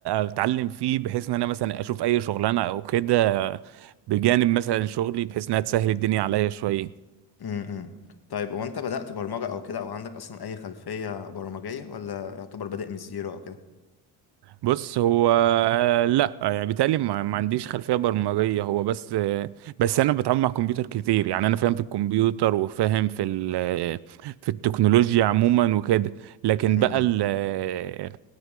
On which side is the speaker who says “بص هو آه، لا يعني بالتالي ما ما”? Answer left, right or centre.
Right